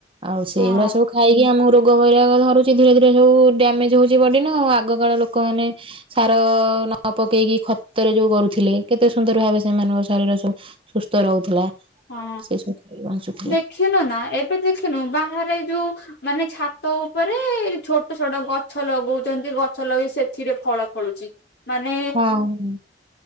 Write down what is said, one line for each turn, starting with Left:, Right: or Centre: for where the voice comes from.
Right: ଆଉ ସେଇଗୁରା
Left: ହଁ
Right: ସବୁ ଖାଇକି ଆମକୁ ରୋ ରୋଗ ବୈରାଗ ବାହାରୁଛି ଧୀରେ ଧୀରେ ସବୁ ଡ୍ୟାମେଜ ହଉଛି ବଡି ନା ଆଉ ଆଗକାଳ ଲୋକମାନେ ସାର ନ ପକେଇକି ଖ ତ ରେ ଯୋଉ କରୁଥିଲେ କେତେ ସୁନ୍ଦର ଭାବେ ସେମାନଙ୍କ ଶରୀର ସବୁ ସୁସ୍ଥ ରହୁଥିଲା।
Left: ହଁ
Right: ସେ ସବୁ ଖାଇ ବଞ୍ଚୁଥିଲେ।
Left: ଦେଖିନୁ ନା ଏବେ ଦେଖିନୁ ବାହାରେ ଯୋଉ। ମାନେ ଛାତ ଉପରେ ଛୋଟ ଛୋଟ ଗଛ ଲଗଉଛନ୍ତି ଗଛ ଲଗେଇ ସେଥିରେ ଫଳ ଫଳୁଛି। ମାନେ
Right: ହଁ-ହଁ।